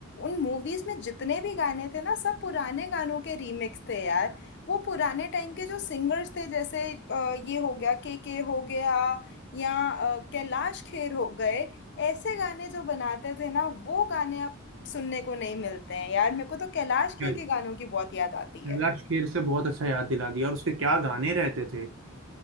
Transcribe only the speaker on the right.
खैर,
बिमला शेर से बहुत अच्छा याद दिला दिया और उसके क्या गाने रहते थे